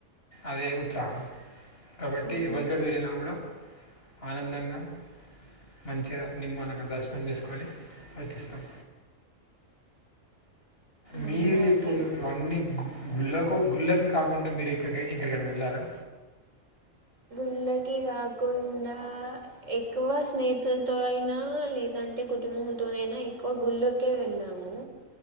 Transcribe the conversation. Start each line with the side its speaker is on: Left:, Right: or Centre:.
Left: అదే ఉత్సాహం కాబట్టి
Right: అవునండి
Left: ఎవలితోటి వెళ్ళినా కూడా ఆనందంగా మంచిగా నిమ్మలంగా దర్శ శనం చేసుకోని వచ్చేస్తాం మీరు
Right: అవునా
Left: ఇప్పుడు
Right: అండి
Left: ఇవన్నీ గు గుళ్ళకు గుళ్ళకి కాకుండా మీరు ఇక్కడికి ఎక్కడికైనా వెళ్ళారా
Right: గుళ్ళకి కాకుండా ఎక్కువ స్నేహితులతో అయినా లేదంటే కుటుంబం తోనైనా ఎక్కువ గుళ్ళకే వెళ్ళాము